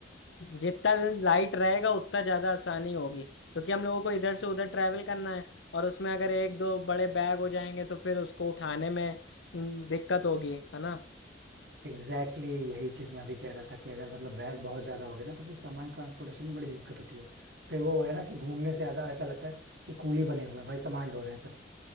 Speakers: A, on the left; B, on the right.
A: जितना लाइट रहेगा उतना ज़्यादा आसानी होगी क्योंकि हम लोगों को इधर से उधर ट्रैवल करना है और उसमें अगर एक दो बड़े बैग हो जाएंगे तो फिर उसको उठाने में हम्म, दिक्कत होगी है ना
B: एग्जैक्टली exactly यही चीज मैं भी कह रहा था कि अगर मतलब बैग बहुत ज्यादा हो गया ना तो फिर सामान ट्रांसपोर्टेशन में बड़ी दिक्कत होती है फिर वो है ना कि घूमने से ज्यादा ऐसा लगता है कि कूली बने हुए हैं भाई सामान ढो रहे हैं सिर्फ